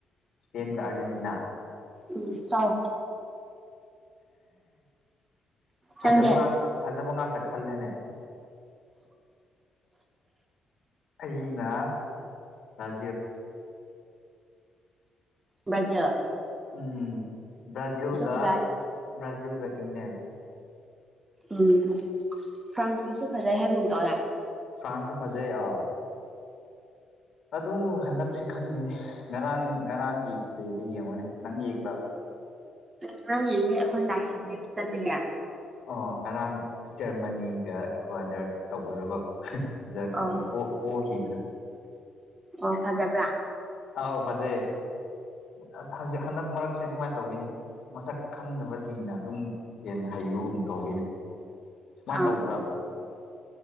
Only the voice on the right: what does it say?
ꯎꯝ ꯆꯥꯎ
ꯅꯪꯗꯤ
ꯕ꯭ꯔꯖ
ꯐꯖꯅꯤ
ꯎꯝ ꯐ꯭ꯔꯥꯟꯁꯀꯤꯁꯨ ꯐꯖꯩ ꯍꯥꯏꯕ ꯑꯃꯨꯝ ꯇꯧꯋꯦ
ꯉꯔꯥꯡ ꯌꯦꯡꯅꯦ ꯑꯩꯈꯣꯏꯅ ꯂꯥꯛꯁꯤꯕ ꯆꯠꯄꯤꯒꯦ
ꯑꯣ
ꯑꯣ ꯐꯖꯕ꯭ꯔꯥ
ꯑꯥ